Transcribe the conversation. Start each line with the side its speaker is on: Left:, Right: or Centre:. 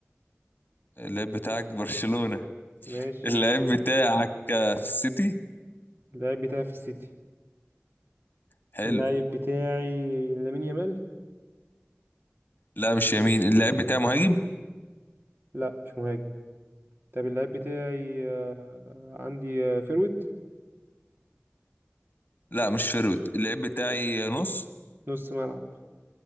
Left: اللعيب بتاعك برشلونة
Right: ماشي
Left: اللعيب بتاعك آه، في السيتي
Right: اللاعب بتاعي في السيتي
Left: حلو
Right: اللاعب بتاعي لامين يامال
Left: لا مش يمين اللعيب بتاعي مهاجم
Right: لا مش مهاجم طب اللاعب بتاعي آه، عندي آه، فيرويد
Left: لا مش فرود اللعيب بتاعي نص
Right: نص ملعب